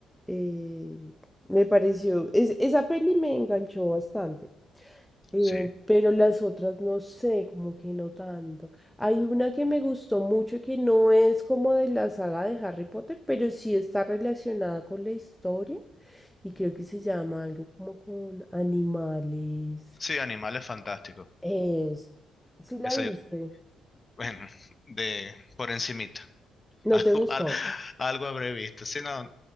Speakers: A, in the centre; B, on the left.
A: Eh, me pareció, es- esa peli me enganchó bastante, eh,
B: Sí.
A: pero las otras no sé, como que no tanto. Hay una que me gustó mucho que no es como de la saga de Harry Potter, pero sí está relacionada con la historia y creo que se llama algo como con animales.
B: Sí, Animales Fantásticos.
A: Es, sí la
B: Esa
A: viste,
B: yo, <laughs> bueno, de por encimita. <laughs>
A: no
B: Algo,
A: te gustó,
B: al- algo habré visto. Sí, no,